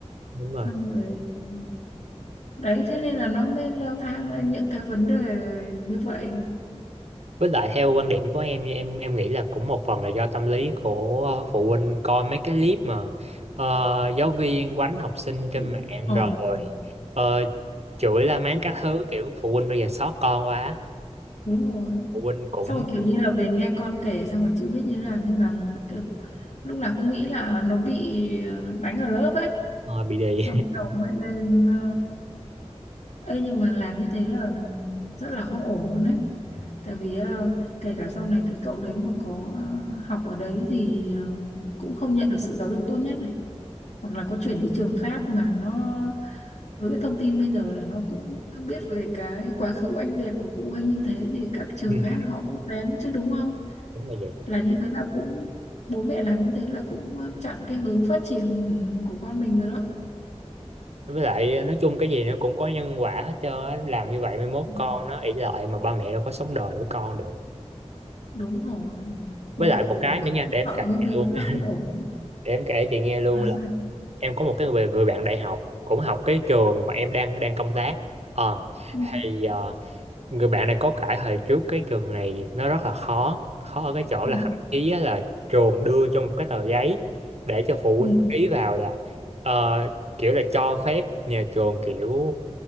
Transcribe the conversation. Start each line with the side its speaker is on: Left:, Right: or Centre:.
Right: đúng rồi
Left: xong rồi ừ, đấy thế nên là nó mới leo thang lên những cái vấn đề như vậy
Right: Với lại theo quan điểm của em như em em nghĩ là cũng một phần là do tâm lý của ờ, phụ huynh coi mấy cái clip mà ờ, giáo viên quánh học sinh trên
Left: Bị-
Right: mạng
Left: ờ
Right: rồi ờ, chửi la mắng các thứ kiểu phụ huynh bây giờ xót con quá
Left: đúng rồi
Right: phụ huynh cũng
Left: xong rồi kiểu như là về nghe con kể xong rồi chưa biết như thế nào nhưng mà kiểu lúc nào cũng nghĩ là à, nó bị ờ, đánh ở lớp ấy
Right: ờ, bị đì
Left: xong đầu mới lên ờ, Ê, nhưng mà làm như thế là rất là không ổn luôn á
Right: <laughs>
Left: tại vì ờ, kể cả sau này cái cậu đấy mà có ờ, học ở đấy thì ờ, cũng không nhận được sự giáo dục tốt nhất này hoặc là có chuyển đi trường khác mà nó với cái thông tin bây giờ là nó cũng biết về cái quá khứ oanh liệt của phụ huynh như thế thì các trường
Right: Ừ. Ừ,
Left: khác họ cũng kén chứ đúng không
Right: đúng là vậy
Left: là như thế là cũng bố mẹ làm như thế là cũng ờ, chặn cái hướng phát triển của con mình rồi đó
Right: với lại ờ, nói chung cái gì nó cũng có nhân quả hết trơn á làm như vậy mai mốt
Left: Ừ,
Right: con nó ỷ lại mà ba mẹ đâu có sống đời với con được
Left: đúng rồi mà
Right: với lại
Left: kiểu
Right: một cái
Left: ờ,
Right: nữa nha để em
Left: sợ
Right: kể
Left: như
Right: cho
Left: thế
Right: luôn <laughs>
Left: là không ổn
Right: để em kể chị nghe luôn
Left: À, sao?
Right: em có một cái người, người bạn đại học cũng học cái trường mà em đang đang công tác ờ
Left: ừ.
Right: thì ờ, người bạn này có kể hồi trước cái trường này nó rất là khó khó ở cái chỗ
Left: Ừ.
Right: là thậm chí á là trường đưa cho một cái tờ giấy để cho phụ
Left: Ừ.
Right: huynh ký vào là ờ, kiểu là cho phép nhà trường kiểu